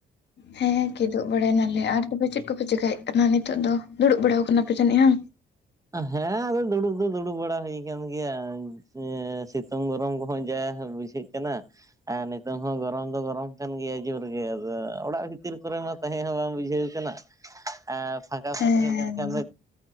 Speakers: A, on the left; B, on the right.
A: ᱦᱮᱸ ᱦᱮᱸ ᱠᱤᱫᱩᱵ ᱵᱟᱲᱟᱭ ᱱᱟᱞᱮ ᱟᱨ ᱛᱚᱵᱮ ᱪᱮᱫ ᱠᱚᱯᱮ ᱪᱮᱠᱟᱭᱮᱫ ᱠᱟᱱᱟ ᱱᱤᱛᱳᱜ ᱫᱚ? ᱫᱩᱲᱩᱵ ᱵᱟᱲᱟᱣ ᱠᱟᱱᱟ ᱯᱮ ᱡᱟᱱᱤᱡ ᱣᱟᱝ?
B: ᱦᱮᱸᱻ ᱟᱫᱚ ᱫᱩᱲᱩᱵ ᱫᱚ ᱫᱩᱲᱩᱵ ᱵᱟᱲᱟ ᱦᱩᱭ ᱟᱠᱟᱱ ᱜᱮᱭᱟ ᱡᱮ ᱥᱤ- -ᱛᱩᱝ ᱜᱚᱨᱚᱢ ᱠᱚᱦᱚᱸ ᱡᱟ ᱵᱩᱡᱷᱟᱹᱜ ᱠᱟᱱᱟ᱾ ᱟ ᱱᱤᱛᱚᱝ ᱦᱚᱸ ᱜᱚᱨᱚᱢ ᱫᱚ ᱜᱚᱨᱚᱢ ᱠᱟᱱ ᱜᱮᱭᱟ ᱡᱳᱨᱜᱮ ᱟᱫᱚ ᱚᱲᱟᱜ ᱵᱷᱤᱛᱤᱨ ᱠᱚᱨᱮ ᱢᱟ- -ᱛᱟᱦᱮᱸ ᱦᱚᱸ ᱵᱟᱝ ᱵᱩᱡᱷᱟᱹᱣ ᱠᱟᱱᱟ, ᱟ ᱯᱷᱟᱠᱟ
A: ᱦᱮᱸ
B: ᱥᱮᱫ ᱦᱮᱡ ᱞᱮᱱᱠᱷᱟᱱ ᱫᱚ-